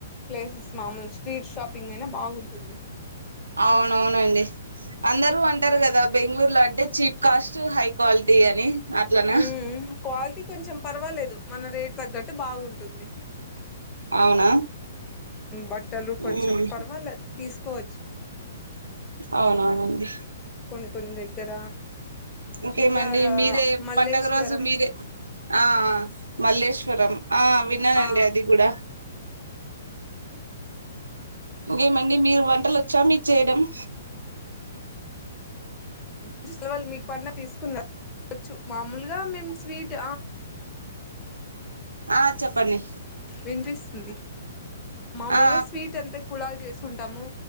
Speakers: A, on the left; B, on the right.
A: ప్లేసెస్ మామూలు స్ట్రీట్ షాపింగ్ అయినా బాగుంటుంది
B: అవునవునండి అందరూ అంటారు కదా బెంగుళూరు లో అంటే చీప్ కాస్ట్ హై క్వాలిటీ అని అట్లనా
A: మ్మ్ హ్ క్వాలిటీ కొంచెం పర్వాలేదు మన రేటు తగ్గట్టు బాగుంటుంది
B: అవునా
A: బట్టలు కొంచెం
B: మ్మ్
A: పర్వాలే తీసుకోవచ్చు
B: అవునవునండి
A: కొన్ని కొన్ని దగ్గర
B: ఇంకేమండి
A: ఇంకా
B: మీరే
A: మల్లేశ్వరం
B: పండుగ రోజు ఆ మల్లేశ్వరం ఆ విన్నానండి
A: ఆ
B: అది కూడా ఇంకేమండి మీకు వంటలు చేయడం వచ్చా
A: మీ వొళ్ళు మీకు పండుగ కి తీసుకున్నారా మాములుగా మేమ్ స్వీట్
B: ఆ చెప్పండి
A: వినిపిస్తుంది మామూలుగా
B: ఆ
A: స్వీట్ అంటే కుళాలు చేసుకుంటాము